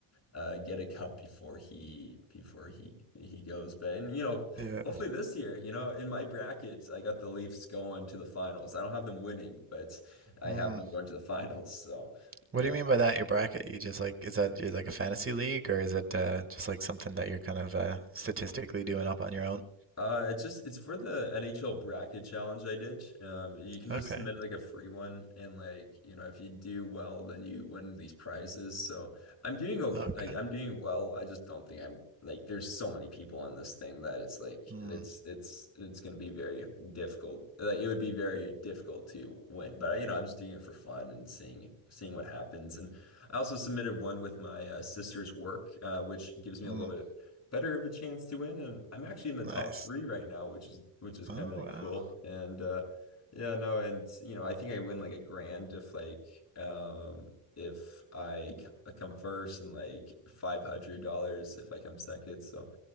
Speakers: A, on the left; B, on the right.
A: uh get a cup before he before he he goes. But and you know,
B: Yeah.
A: hopefully this year, you know, in my brackets, I got the Leafs going to the finals. I don't have them winning, but I
B: Hmm.
A: have them going to the <laughs> finals. So yeah.
B: What do you mean by that? Your bracket? You just like is that you like a fantasy league or is it uh, just like something that you're kind of uh, statistically doing up on your own?
A: Uh, it's just it's for the NHL bracket challenge I did. Um, you can just
B: Okay.
A: submit like a free one, and like you know, if you do well, then you win these prizes. So I'm doing okay.
B: Okay.
A: Like I'm doing well. I just don't think I'm like there's so many people in this thing that it's like
B: Mm.
A: it's it's it's gonna be very difficult. Like it would be very difficult to win. But you know, I'm just doing it for fun and seeing seeing what happens. And I also submitted one with my uh, sister's work, uh, which gives me a
B: Mm.
A: little bit better of a chance to win. And I'm actually in the
B: Nice.
A: top three right now, which is which is kind
B: Oh
A: of
B: wow.
A: cool. And uh, yeah, no, and you know, I think I win like a grand if like um, if I c- come first and like five hundred dollars if I come second. So